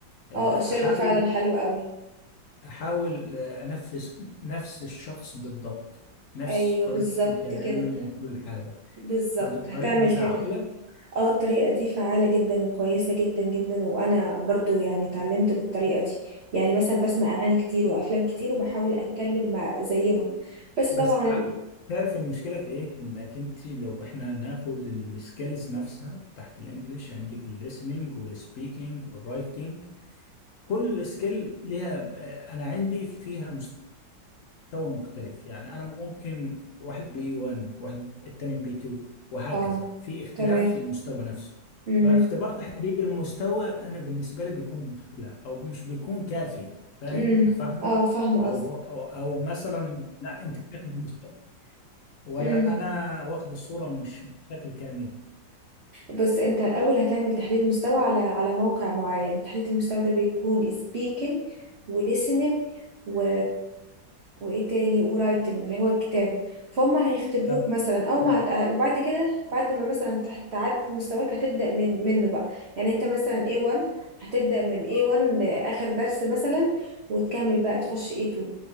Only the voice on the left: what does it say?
آه،
احاول
احاول آه، انفذ نفس الشخص بالضبط نفس
طريقة
الكلام
وكل حاجة
طب الطريقة
دي فعالة
بس
ع- تعرف المشكلة في ايه انك انت لو احنا ناخد السكيلز نفسها تحت الانجليش عندك الليسننج والسبيكنج والرايتنج كل سكيل ليها آه، انا عندي فيها تو مختلف يعني انا ممكن واحد بي 1 واحد التاني بي 2 وهكذا
في اختلاف
في المستوى نفسه
فاختبار تحديد المستوى انا بالنسبه لي بيكون مشكله او مش بيكون كافي فاهم
فاهمه
او
او او مثلا لا انت بتاخد المستوى ولا
انا واخد الصوره مش بشكل كامل
طب
طب